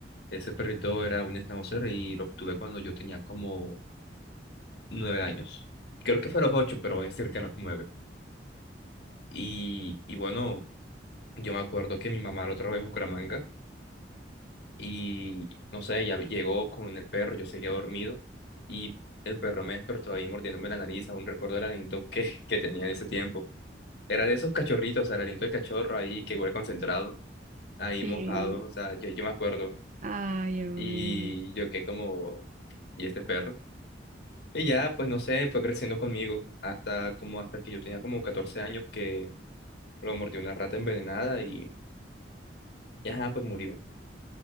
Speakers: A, on the left; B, on the right.
A: Ese perrito era un schnauzer y lo obtuve cuando yo tenía como nueve años. Creo que fue a los ocho, pero es cerca a los nueve. Y, y bueno, yo me acuerdo que mi mamá lo trajo de Bucaramanga y no sé, ya llegó con el perro, yo seguía dormido y el perro me despertó ahí mordiéndome la nariz, aún recuerdo el aliento que, <laughs> que tenía en ese tiempo. Era de esos cachorritos, o sea, el aliento de cachorro ahí que huele concentrado, ahí
B: Sí,
A: mojado, o sea, yo, yo me acuerdo
B: Ay, oye,
A: y yo quedé como, ¿y este perro? Y ya, pues no sé, fue creciendo conmigo hasta como hasta que yo tenía como 14 años que lo mordió una rata envenenada y, y ajá, pues murió.